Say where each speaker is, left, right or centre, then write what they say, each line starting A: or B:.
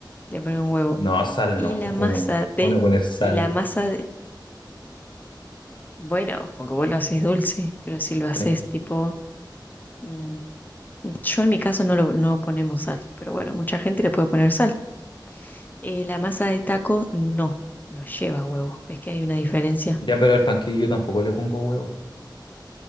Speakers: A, on the left; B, on the left.
A: le pones un huevo.
B: No, sal
A: Y
B: no,
A: la masa
B: pues. ¿Cómo
A: de,
B: le voy a poner sal?
A: y la masa de, Bueno, porque vos lo haces dulce, pero si lo haces
B: Sí.
A: tipo, mm, yo en mi caso no lo no ponemos sal, pero bueno, mucha gente le puede poner sal. Eh, la masa de taco no, no lleva huevo, ves que hay una diferencia.
B: Ya, pero al panquillo yo tampoco le pongo huevo.